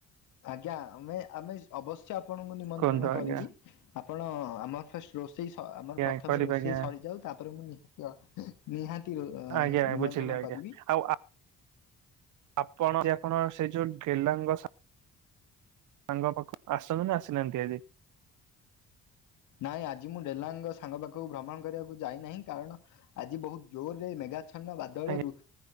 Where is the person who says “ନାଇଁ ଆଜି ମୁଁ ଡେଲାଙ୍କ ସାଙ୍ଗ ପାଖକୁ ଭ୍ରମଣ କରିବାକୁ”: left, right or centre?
Left